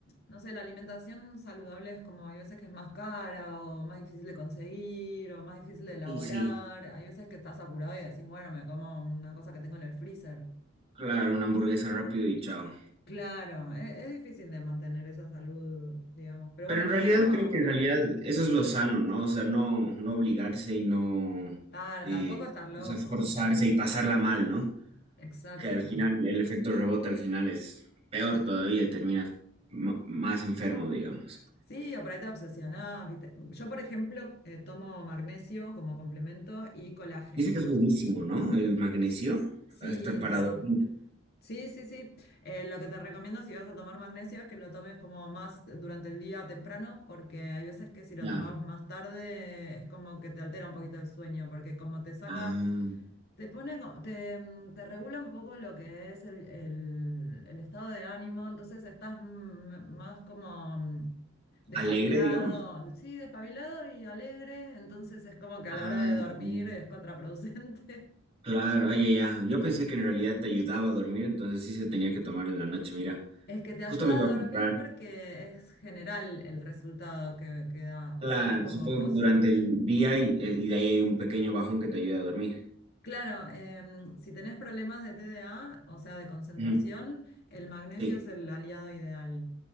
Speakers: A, on the left; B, on the right.
A: no sé, la alimentación saludable es como hay veces que es más cara o más difícil de conseguir o más difícil de elaborar.
B: Y sí,
A: Hay veces que estás apurado y decís, bueno, me como una cosa que tengo en el freezer.
B: claro, una hamburguesa rápido y chao.
A: Claro, e- es, difícil de mantener esa salud, digamos. Pero
B: Pero
A: bueno,
B: en realidad
A: yo tomo
B: creo que en realidad eso es lo sano, ¿no? O sea, no, no obligarse y no
A: para
B: eh,
A: tampoco estar loco.
B: o sea, forzarse y pasarla mal, ¿no?
A: Exacto.
B: Que al final el efecto rebote al final es peor todavía, y terminas m- más enfermo, digamos.
A: Sí, o por ahí te obsesionás, ¿viste? Yo, por ejemplo, eh, tomo magnesio como complemento y colágeno.
B: Dice que es buenísimo, ¿no? El magnesio,
A: Sí,
B: hasta para
A: sí.
B: dormir.
A: Sí, sí, sí. Eh, lo que te recomiendo si vas a tomar magnesio es que lo tomes como más durante el día temprano, porque hay veces que si lo
B: Ya.
A: tomas más tarde es como que te altera un poquito el sueño, porque como te saca
B: Ah,
A: Te pone, co- te, mm, te regula un poco lo que es el, el- el estado de ánimo, entonces estás mm, más como mm, despabilado,
B: alegre, digamos.
A: sí, despabilado y alegre, entonces es como que a
B: Ah,
A: la hora de dormir
B: mm,
A: es contraproducente. <laughs>
B: claro, ah, ya, ya. Yo pensé que en realidad te ayudaba a dormir, entonces sí se tenía que tomar en la noche. Mira,
A: Es que te
B: justo
A: ayuda
B: me iba
A: a
B: a comprar.
A: dormir porque es general el resultado que, que da,
B: Claro,
A: o sea, es como
B: supongo
A: que vos,
B: que durante el día y, eh, y de ahí hay un pequeño bajón que te ayuda a dormir.
A: claro, em, si tenés problemas de TDA, o sea, de concentración,
B: Ujú.
A: el magnesio
B: Sí.
A: es el aliado ideal.